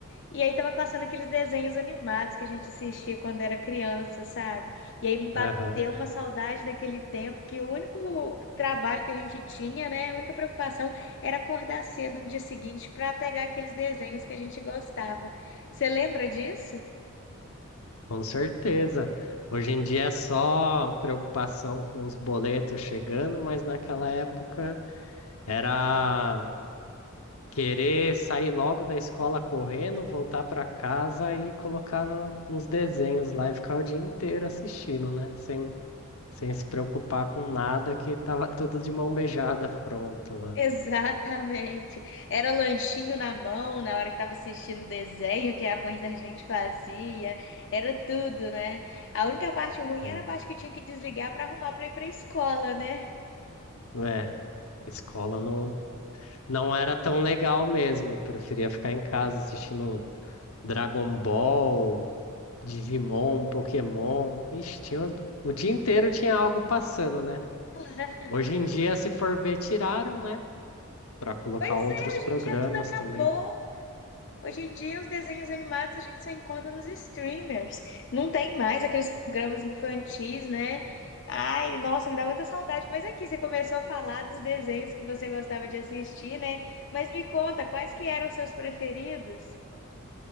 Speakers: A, on the left (about 60°); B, on the left (about 85°).
A: E aí tava passando aqueles desenhos animados que a gente assistia quando era criança, sabe? E aí me bateu
B: aham,
A: uma saudade daquele tempo que o único trabalho que a gente tinha, né, a única preocupação era acordar cedo no dia seguinte para pegar aqueles desenhos que a gente gostava. Você lembra disso? <laughs>
B: Com certeza. Hoje em dia é só preocupação com os boletos chegando, mas naquela época era querer sair logo da escola correndo, voltar pra casa e colocar no- nos desenhos lá e ficar o dia inteiro assistindo, né? Sem, sem se preocupar com nada, que tava tudo de mão beijada pronto lá.
A: Exatamente. Era lanchinho na mão na hora que tava assistindo o desenho que a mãe da gente fazia. Era tudo, né? A única parte ruim
B: Sim.
A: era a parte que tinha que desligar para arrumar para ir para escola, né?
B: É, a escola não. não era tão legal mesmo. Preferia ficar em casa assistindo Dragon Ball, Digimon, Pokémon. Ixi, tinha... o dia inteiro tinha algo passando, né?
A: <laughs>
B: Hoje em dia, se for ver, tiraram, né? Pra colocar
A: Pois
B: outros
A: é, hoje
B: programas
A: em dia tudo acabou.
B: também.
A: Hoje em dia os desenhos animados a gente só encontra nos streamers. Não tem mais aqueles programas infantis, né? Ai, nossa, me dá muita saudade. Mas aqui você começou a falar dos desenhos que você gostava de assistir, né? Mas me conta, quais que eram os seus preferidos?